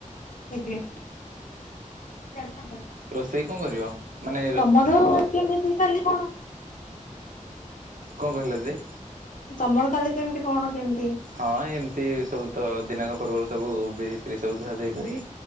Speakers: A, on the left (about 75°); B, on the right (about 80°).
A: <unintelligible>
B: ରୋଷେଇ କଣ କରିବ? ମାନେ
A: ତମର କେମିତି କାଲି କଣ?
B: କଣ କହିଲ ଦିଦି?
A: ତମର କାଲି କେମିତି କଣ କେମିତି?
B: ହଁ ଏମିତି ସବୁ ତ ଦିନକ ପର୍ବରୁ ସବୁ ବିରି ଫିରି ସବୁ ଧୁଆ ଧୁଇ କରି-